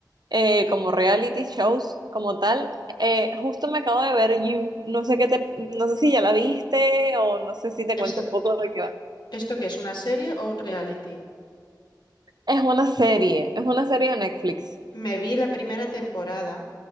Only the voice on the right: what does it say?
eh, como reality shows, como tal, eh, justo me acabo de ver You. No sé qué te, no sé si ya la viste o no sé si te
cuento un poco de qué va.
Es una serie, es una serie de Netflix.